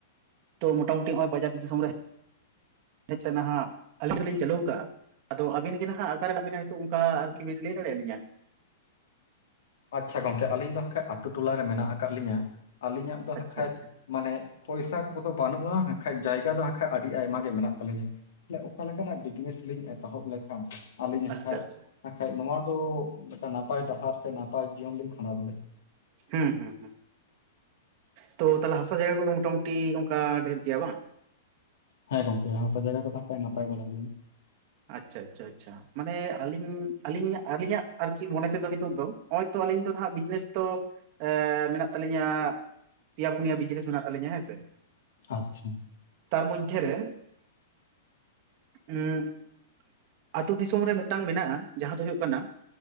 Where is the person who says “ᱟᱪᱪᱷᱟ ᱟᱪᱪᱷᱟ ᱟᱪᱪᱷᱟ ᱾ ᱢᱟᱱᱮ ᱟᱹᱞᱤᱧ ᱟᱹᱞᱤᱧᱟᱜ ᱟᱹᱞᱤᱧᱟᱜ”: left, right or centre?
Right